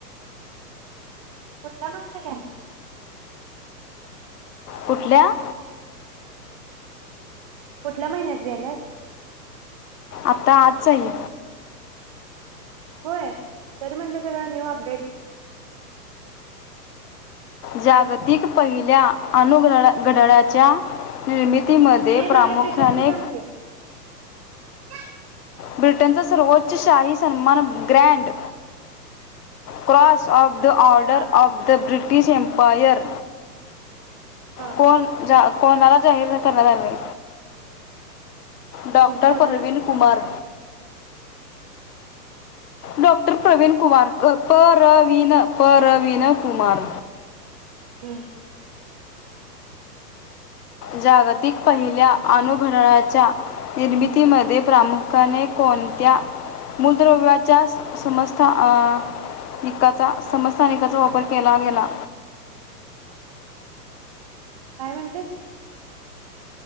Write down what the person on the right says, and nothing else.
कुठला मासत घ्याल
कुठल्या महिन्यात ग्यालास.
होय तरी म्हटलं सगळ न्यू अपडेट
नाही मला
ते ब्रिटनच सांग की <inaudible>
हा
हा
कोणाला
हम्म.
काय म्हटलीस